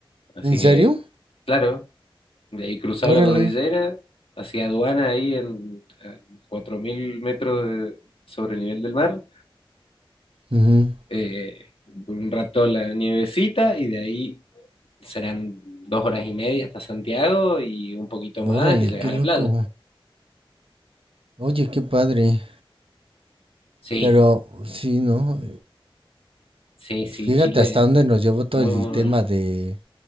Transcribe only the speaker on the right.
¿En serio?
Órale.
Ujú.
Órale,
qué
loco.
Oye, qué padre.
Pero sí, ¿no?
Fíjate
hasta
dónde nos llevó todo
el
tema
de